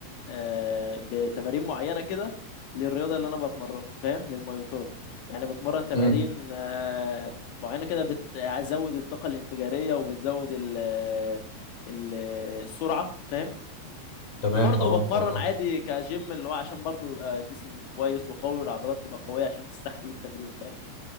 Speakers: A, on the left; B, on the left.
A: آه، بتمارين معينة كده للرياضة اللي أنا بتمرنها فاهم للماي تاي يعني بتمرن تمارين
B: امم
A: آه، معينة كده بتزود الطاقة الانفجارية وبتزود ال ال- السرعة فاهم
B: تمام
A: وبرضه
B: اه
A: بتمرن
B: آه.
A: عادي كجيم اللي هو عشان برضه يبقى جسمي كويس وقوي والعضلات تبقى قوية عشان تستحمل التمرين فاهم